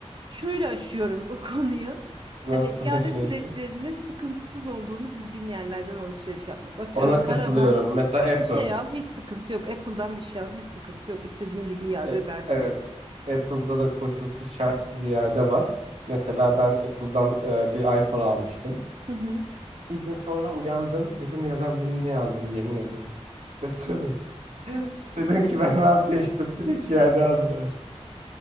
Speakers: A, on the right; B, on the right.
A: şöyle aşıyorum bu <laughs> konuyu. Hani
B: Nasıl
A: iade
B: <laughs> yaşıyorsun?
A: süreçlerinin sıkıntısız olduğunu bildiğim yerlerden alışveriş yapmak. Atıyorum
B: Ona
A: Zara'dan
B: katılıyorum. Mesela Apple.
A: bir şey al, hiç sıkıntı yok. Apple'dan bir şey al, hiç sıkıntı yok. İstediğin gibi iade
B: E,
A: edersin.
B: evet. Apple'da da koşulsuz şartsız iade var. Mesela ben Apple'dan e, bir iPhone almıştım.
A: Hı hı.
B: Bir gün sonra uyandım. Dedim ya ben bunu niye aldım yemin ederim. Götürdüm. <laughs> Dedim ki ben vazgeçtim. Direkt iade aldılar.